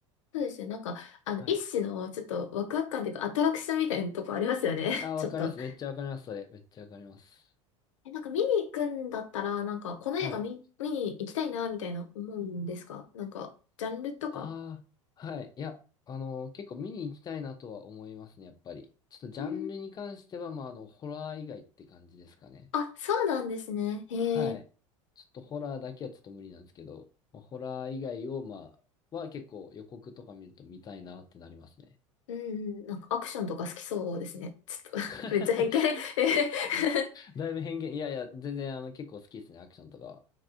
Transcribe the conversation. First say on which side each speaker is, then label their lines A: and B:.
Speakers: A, on the left; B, on the left.
A: そうですよ。なんか、あの、
B: はい。
A: 一種のちょっとワクワク感というかアトラクションみたいなとこありますよね。
B: あ、
A: <laughs> ちょっと。
B: わかります。めっちゃわかります、それ。めっちゃわかります。
A: え、なんか見に行くんだったら、なんかこの映画見、
B: はい。
A: 見に行きたいな、みたいな思うんですかなんか、ジャンルとか。
B: ああ、はい。いや、あの、結構見に行きたいなとは思いますね、やっぱり。ちょっとジャンルに関しては、
A: うん
B: まあ、あの、ホラー以外って感じですかね。
A: あ、そうなんですね。へえ、
B: はい。ちょっとホラーだけはちょっと無理なんですけど、まあ、ホラー以外を、まあ、は結構予告とか見ると見たいなってなりますね。
A: うんうん、なんかアクションとか好きそうですね。ちょっと
B: <laughs>
A: <laughs> めっちゃ偏見えへへ <laughs>
B: だいぶ偏見。いやいや、全然あの結構好きですね、アクションとかは。